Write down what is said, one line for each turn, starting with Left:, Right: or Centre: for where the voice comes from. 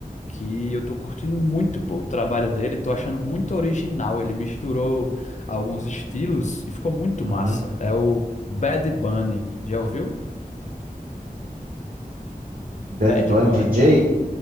Left: que eu tô curtindo muito, pô, o trabalho dele, tô achando muito original. Ele misturou alguns estilos e ficou muito
Right: Uhum.
Left: massa. É o Bad Bunny. Já ouviu? Bad
Right: Bad Bunny
Left: Bunny.
Right: DJ?